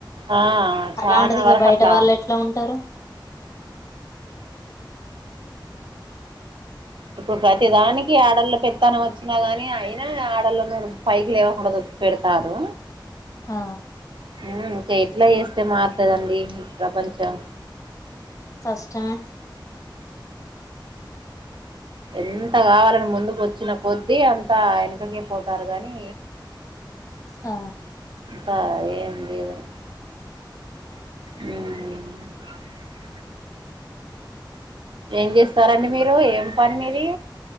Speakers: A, on the right; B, on the left.
A: ఆ
B: అలాంటిది
A: చానా
B: ఇగ
A: వరకు
B: బయట
A: అట్లా
B: వాళ్ళు ఎట్లా ఉంటారు
A: ఇప్పుడు ప్రతి దానికి ఆడళ్ళ పెత్తనం వచ్చినా గాని అయినా ఆడల్లో పైకి లేవకుండా తొక్కి పెడతారు
B: ఆ
A: మ్ ఇంకా ఎట్లా చేస్తే మారుతదండి ఈ ప్రపంచం
B: కష్టమే
A: ఎంత కావాలని ముందుకు వచ్చిన కొద్దీ అంతా వెనకకే పోతారు గాని
B: ఆ
A: ఇంక ఏం లేదు మ్ ఏం చేస్తారండి మీరు ఏం పని మీది